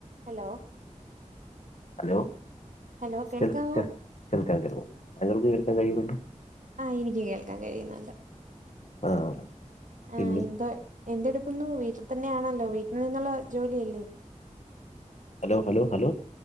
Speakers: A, on the right; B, on the left.
A: Hello
B: hello
A: hello കേൾക്കാവോ
B: കേൾ കേൾ കേൾക്കാം കേൾക്കാം താങ്കൾക്ക് കേൾക്കാൻ കഴിയുന്നുണ്ടോ?
A: ആഹ് എനിക്ക് കേൾക്കാൻ കഴിയുന്നുണ്ട്
B: ആഹ് <unintelligible>
A: ആഹ്
B: പിന്നെ
A: എന്തോ എന്തെടുക്കുന്നു വീട്ടിൽ തന്നെയാണല്ലോ വീട്ടിൽ നിന്നുള്ള ജോലിയല്ലേ
B: ഹലോ ഹലോ ഹലോ